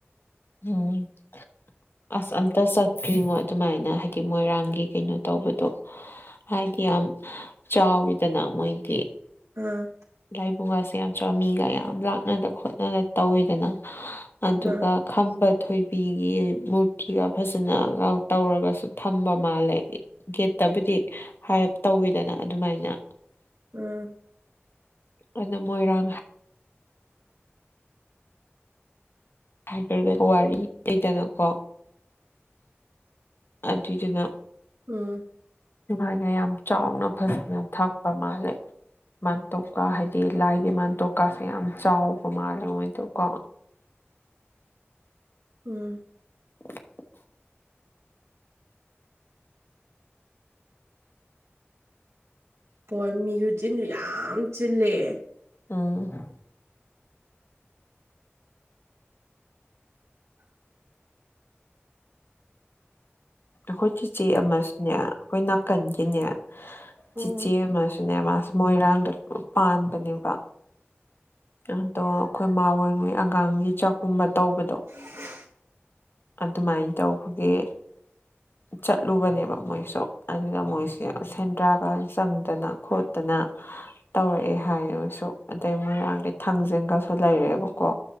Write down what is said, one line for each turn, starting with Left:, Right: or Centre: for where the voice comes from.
Left: ꯎꯝ ꯑꯁ ꯑꯝꯇ ꯆꯠꯇ꯭ꯔꯤꯉꯣ ꯑꯗꯨꯃꯥꯏꯅ ꯍꯥꯏꯗꯤ ꯃꯣꯏꯔꯥꯡꯒꯤ ꯀꯩꯅꯣ ꯇꯧꯕꯗꯣ ꯍꯥꯏꯗꯤ ꯌꯥꯝ ꯆꯥꯎꯋꯤꯗꯅ ꯃꯣꯏꯗꯤ
Right: ꯑꯝ
Left: ꯂꯥꯏꯕꯨꯡꯒꯥꯁꯦ ꯌꯥꯝ ꯆꯥꯎꯏ ꯃꯤꯒ ꯌꯥꯝ ꯂꯥꯛꯅꯗ ꯈꯣꯠꯅꯗ ꯇꯧꯋꯤꯗꯅ ꯑꯗꯨꯒ
Right: ꯑꯥ
Left: ꯈꯝꯕ ꯊꯣꯏꯕꯤꯒꯤ ꯃꯨꯔꯇꯤꯒ ꯐꯖꯅꯒ ꯇꯧꯔꯒꯁꯨ ꯊꯝꯕ ꯃꯥꯜꯂꯦ ꯒꯦꯠꯇꯕꯨꯗꯤ ꯍꯥꯏꯞ ꯇꯧꯋꯤꯗꯅ ꯑꯗꯨꯃꯥꯏꯅ
Right: ꯎꯝ
Left: ꯑꯗꯨꯅ ꯃꯣꯏꯔꯥꯡ ꯍꯥꯏꯔꯥꯒ ꯋꯥꯔꯤ ꯂꯩꯗꯅꯀꯣ ꯑꯗꯨꯗꯨꯅ
Right: ꯎꯝ
Left: ꯁꯨꯃꯥꯏꯅ ꯌꯥꯝ ꯆꯥꯎꯅ ꯐꯖꯅ ꯊꯝꯕ ꯃꯥꯜꯂꯦ ꯃꯥꯟꯇꯣꯞꯀꯥ ꯍꯥꯏꯗꯤ ꯂꯥꯏꯒꯤ ꯃꯥꯟꯇꯣꯄꯀꯥꯁꯦ ꯌꯥꯝ ꯆꯥꯎꯕ ꯃꯥꯜꯂꯦ ꯃꯣꯏꯗꯣꯀꯣ
Right: ꯎꯝ
Left: <unintelligible>
Right: ꯍꯣꯏ ꯃꯤꯁꯨ ꯆꯤꯟꯗꯨ ꯌꯥꯝ ꯆꯤꯜꯂꯦ
Left: ꯑꯝ
Right: <inaudible>
Left: ꯑꯩꯈꯣꯏ ꯆꯤꯆꯦ ꯑꯃꯁꯨꯅꯦ ꯑꯩꯈꯣꯏ ꯅꯥꯀꯟꯒꯤꯅꯦ ꯆꯤꯆꯦ
Right: ꯎꯝ
Left: ꯑꯃꯁꯨꯅꯦ ꯃꯥꯁꯨ ꯃꯣꯏꯔꯥꯡꯗ ꯄꯥꯟꯕꯅꯦꯕ ꯑꯗꯣ ꯑꯩꯈꯣꯏ ꯃꯥ ꯍꯣꯏꯍꯣꯏ ꯑꯉꯥꯡꯒꯤ ꯆꯥꯛꯀꯨꯝꯕ ꯇꯧꯕꯗꯣ
Right: <unintelligible>
Left: ꯑꯗꯨꯃꯥꯏꯅ ꯇꯧꯕꯒꯤ
Right: <inaudible>
Left: ꯆꯠꯂꯨꯕꯅꯦꯕ ꯃꯣꯏꯁꯨ ꯑꯗꯨꯗ ꯃꯣꯏꯁꯦ ꯁꯦꯟꯗ꯭ꯔꯥꯒ ꯆꯪꯗꯅ ꯈꯣꯠꯇꯅ ꯇꯧꯔꯛꯑꯦ ꯍꯥꯏꯌꯦ ꯃꯣꯏꯁꯨ ꯑꯗꯩ ꯃꯣꯏꯔꯥꯡꯗꯩ ꯊꯥꯡꯖꯤꯡꯒꯁꯨ ꯂꯩꯔꯛꯑꯦꯕ ꯀꯣ